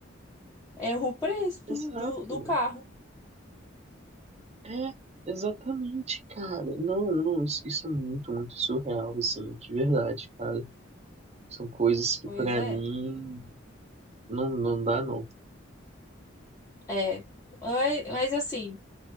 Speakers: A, on the left; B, on the right.
A: é o preço do,
B: exato.
A: do, do carro.
B: É, exatamente, cara. Não, não, isso, isso é muito, muito surreal, assim, de verdade, cara. São coisas que
A: Pois
B: pra
A: é.
B: mim não, não dá, não.
A: É. É, Mas assim,